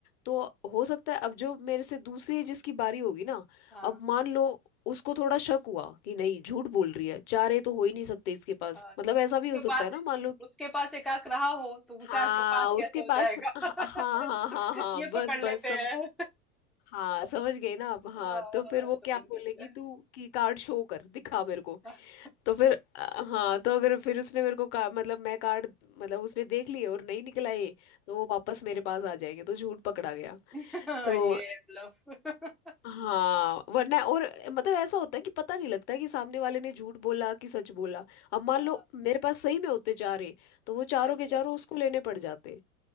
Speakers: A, on the left; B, in the centre.
A: तो हो सकता है अब जो मेरे से दूसरी जिसकी बारी होगी ना
B: हाँ,
A: अब मान लो उसको थोड़ा शक हुआ कि नहीं झूठ बोल रही है चार ए तो हो ही नहीं सकते इसके पास
B: हाँ।
A: मतलब ऐसा
B: उसके
A: भी हो सकता
B: पास
A: है ना मान लो कि
B: उसके पास 1 आंख रहा हो तो
A: हाँ
B: 4 के 5
A: उसके
B: कैसे हो
A: पास
B: जाएगा?
A: हाँ
B: <laughs>
A: हाँ
B: है ना?
A: हाँ हाँ हाँ,
B: ये
A: बस
B: पकड़
A: बस
B: लेते
A: समझ
B: हैं।
A: हाँ समझ गई ना आप हाँ
B: हाँ
A: तो
B: हाँ
A: फिर
B: समझ
A: वो क्या
B: गई
A: बोलेगी
B: मैं
A: तू कि कार्ड शो कर दिखा मेरे को
B: हाँ
A: तो फिर अ, हाँ तो अगर फिर उसने मेरे को का, मतलब मैं कार्ड मतलब उसने देख लिए और नहीं निकला ये तो वो वापस मेरे पास आ जाएंगे तो झूठ पकड़ा गया
B: <laughs> हाँ
A: तो
B: ये है ब्लफ <laughs>
A: हाँ वरना और मतलब ऐसा होता है कि पता नहीं लगता कि सामने वाले ने झूठ बोला कि सच बोला अब मान
B: हाँ
A: लो मेरे पास सही में होते चार है तो वो चारों
B: अच्छा
A: के चारों उसको लेने पड़ जाते